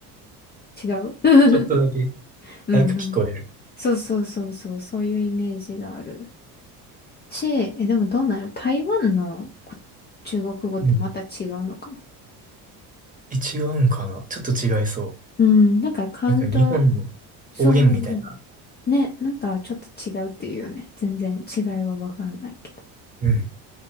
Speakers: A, on the left; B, on the right.
A: 違う <laughs>
B: ちょっとだけ
A: うん、
B: 早く聞こえる。
A: なんか。そうそうそうそう、そういうイメージがある。ち、え、でもどうなる台湾のこ中国語ってまた違うのかな
B: うん。え、違うんかなちょっと違いそう。
A: うん、なんか関東、
B: なんか日本の方言みたいな。
A: そうそうそう。ね、なんかちょっと違うっていうよね。全然違いはわかんないけど。
B: うん。